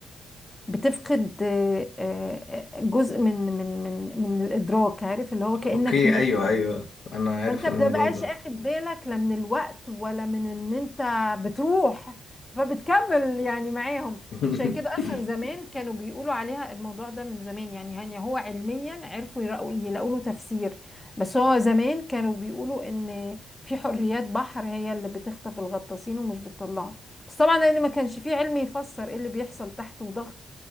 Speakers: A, on the left; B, on the left.
A: بتفقد آه، آه، جزء من من من من الادراك عارف اللي هو كانك
B: أوكي أيوه أيوه أنا عارف
A: فانت بتبقاش
B: الموضوع ده
A: اخد بالك لا من الوقت ولا من ان انت بتروح فبتكمل يعني معاهم
B: <laughs>
A: عشان كده اصلا زمان كانوا بيقولوا عليها الموضوع ده من زمان يعني هن هو علميا عرفوا يلاقوا يلاقوا له تفسير بس هو زمان كانوا بيقولوا ان في حريات بحر هي اللي بتخطف الغطاسين ومش بتطلعهم بس طبعا لان ما كانش في علم يفسر ايه اللي بيحصل تحت وضغط